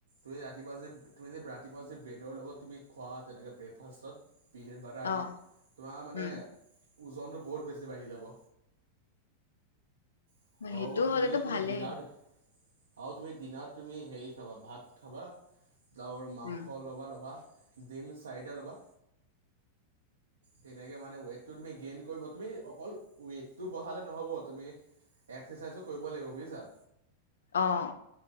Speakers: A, on the right; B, on the left.
A: তুমি ৰাতিপুৱা যে তুমি যে ৰাতিপুৱা যে ব্ৰেডৰ লগত তুমি খোৱা তেনেকে ব্ৰেকফাষ্টত। পিনেট বাটাৰ আদি,
B: অ
A: তোমাৰ মানে
B: উম।
A: ওজনটো বহুত বেছি বাঢ়ি যাব। আৰু
B: মানে সেইটোও
A: তুমি
B: হলেতো
A: তুমি
B: ভালেই।
A: ডিনাৰত আৰু তুমি দিনাৰত তুমি হেৰি খাবা ভাত খাবা দাউৰ মাংস
B: উম,
A: ল'বা ল'বা। ডিম চাৰিটা লবা, তেনেকে মানে ৱেটটো তুমি গেইন কৰিব তুমি অকল ৱেটটো বঢ়ালে নহব তুমি এক্সাৰচাইজো কৰিব লাগিব বুজিছা।
B: অহ।